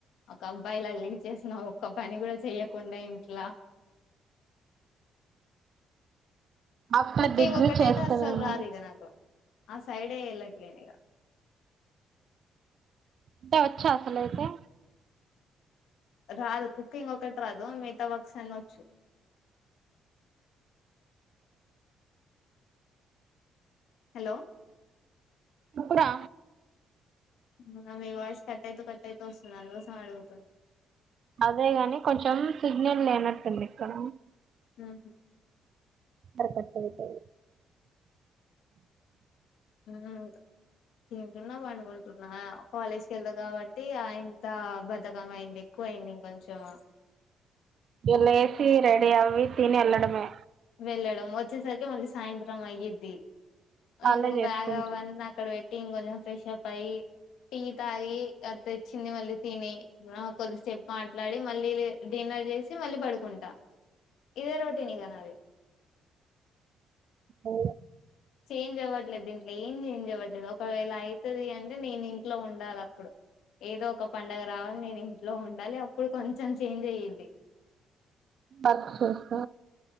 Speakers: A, on the left (about 80°); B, on the right (about 55°).
A: ఒక అబ్బాయిలా లీవ్ చేసన్నా ఒక్క పని కూడా చెయ్యకుండా ఇంట్లా
B: ఆఫ్టర్
A: కుకింగ్
B: డిగ్రీ
A: ఒకక్కటైతే
B: చేస్తవేమో
A: అసలు రాదు
B: లే
A: ఇగ నాకు ఆ సైడే వెళ్ళట్లేను ఇగ
B: వంట వచ్చ అసలుతే
A: రాదు కుకింగ్ ఒకటి రాదు మిగతా వక్స్ అనొచ్చు హలో
B: అప్పురా
A: న వయిస్ కట్టాతు కట్టయితు స్తుందిాలు కోసం అడుగుతుంది
B: అదేగాని కొంచెం సిగ్నల్ లేనట్టుంది ఇక్కడ
A: హ్మ్
B: అకట్టతే
A: హ్మ్ తింటున్న పడుకున్న అనుకుంటున్నా కాలేజ్కి వెళ్దా కాబట్టి ఇంత బధకం అయింది ఎక్కువ అయింది ఇంకొంచం
B: ఇగ లేసి రెడి ఆవవి తిని ఎల్డమమె
A: వెళ్ళడం వచ్చేసరికి మళ్ళీ సాయంత్రం అయ్యద్ది
B: వాళ్ళే
A: ఇంగ
B: చేసుకుంట్రు
A: బ్యాగ వంద ఆక్కడ వయి టీన్ కొంచెం ఫ్రెష్ప్ అయయి టీ తాగి అ తెచ్చింది మళ్ళీ తిని కొద్ది స్టెప్ మాట్లాడి మళ్ళీ డిన్నర్ చేసి మళ్ళీ పడుకుంటా ఇదే రోటీని కాని అది
B: ఓ
A: చేంజ్ అవ్వట్లేదు ఇంట్లో ఏం చేంజ్ ఇవ్వట్లేదు ఒకవేళ అవుతుది అంటే నేను ఇంట్లో ఉండాలి అప్పుడు ఏదో ఒక పండగ రావాలి నేను ఇంట్లో ఉండాలి అప్పుడు కొంచెం చేంజ్ అయ్యద్ది
B: అచ్చ